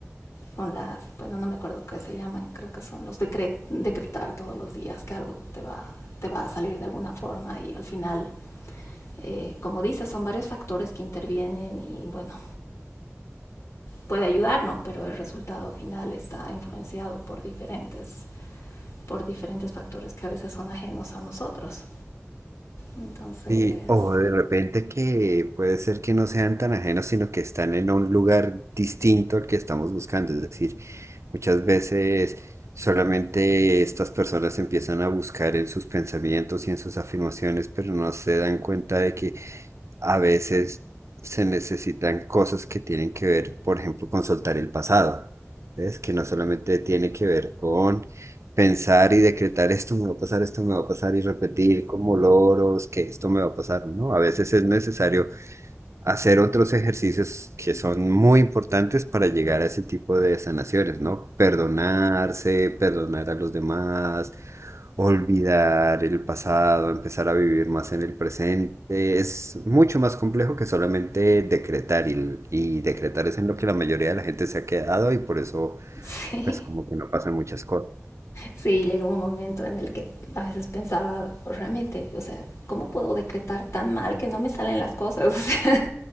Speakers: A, on the left; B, on the right.
A: con las, bueno, no me acuerdo qué se llaman, creo que son los decre decretar todos los días que algo te va, te va a salir de alguna forma y al final, eh, como dices, son varios factores que intervienen y bueno, puede ayudarnos, pero el resultado final está influenciado por diferentes, por diferentes factores que a veces son ajenos a nosotros. Entonces,
B: Sí, o de repente que puede ser que no sean tan ajenos, sino que están en un lugar distinto al que estamos buscando. Es decir, muchas veces solamente estas personas empiezan a buscar en sus pensamientos y en sus afirmaciones, pero no se dan cuenta de que a veces se necesitan cosas que tienen que ver, por ejemplo, con soltar el pasado, ¿ves? Que no solamente tiene que ver con pensar y decretar esto me va a pasar, esto me va a pasar y repetir como loros que esto me va a pasar, ¿no? A veces es necesario hacer otros ejercicios que son muy importantes para llegar a ese tipo de sanaciones, ¿no? Perdonarse, perdonar a los demás, olvidar el pasado, empezar a vivir más en el presente. Es mucho más complejo que solamente decretar y, y decretar es en lo que la mayoría de la gente se ha quedado y por eso,
A: <laughs>
B: pues
A: sí.
B: como que no pasan muchas cosas.
A: Sí, llegó un momento en el que a veces pensaba, realmente, o sea, ¿cómo puedo decretar tan mal que no me salen las cosas? <laughs> O sea,